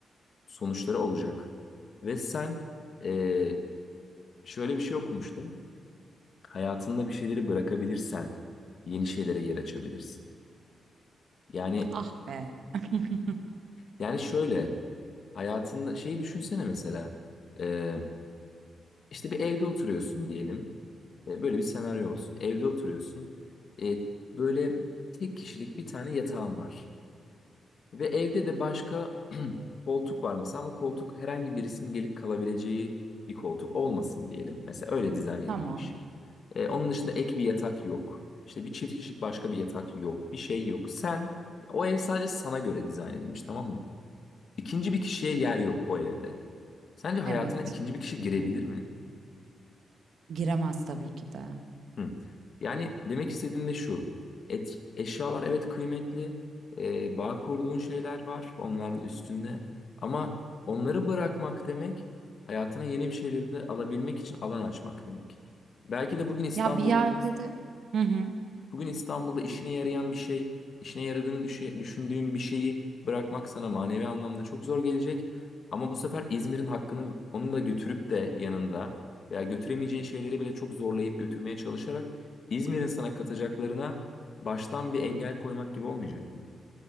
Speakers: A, on the left; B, on the right.
A: sonuçları olacak. Ve sen eee, şöyle bir şey okumuştum. Hayatında bir şeyleri bırakabilirsen yeni şeylere yer açabilirsin. Yani
B: Ah be. <laughs>
A: yani şöyle Hayatında şeyi düşünsene mesela. Ee, işte bir evde oturuyorsun diyelim. Ee, böyle bir senaryo olsun. Evde oturuyorsun. Ee, böyle tek kişilik bir tane yatağın var. Ve evde de başka <clears throat> koltuk var mesela ama koltuk herhangi birisinin gelip kalabileceği bir koltuk olmasın diyelim. Mesela öyle dizayn edilmiş.
B: Tamam.
A: Ee, onun dışında ek bir yatak yok. İşte bir çift kişilik başka bir yatak yok. Bir şey yok. Sen o ev sadece sana göre dizayn edilmiş tamam mı? İkinci bir kişiye yer yok o evde. Sence hayatına
B: Evet.
A: ikinci bir kişi girebilir mi?
B: Giremez tabii ki de.
A: Hı. Yani demek istediğim de şu. Et, eşyalar evet kıymetli. e, bağ kurduğun şeyler var onların üstünde. Ama onları bırakmak demek hayatına yeni bir şeyleri de alabilmek için alan açmak demek. Belki de bugün İstanbul'da
B: Ya bir Aynen öyle. yerde de Hı hı.
A: Bugün İstanbul'da işine yarayan bir şey, işine yaradığını düşe- düşündüğün bir şeyi bırakmak sana manevi anlamda çok zor gelecek. Ama bu sefer İzmir'in hakkını onun da götürüp de yanında veya götüremeyeceğin şeyleri bile çok zorlayıp götürmeye çalışarak İzmir'in sana katacaklarına baştan bir engel koymak gibi olmayacak mı?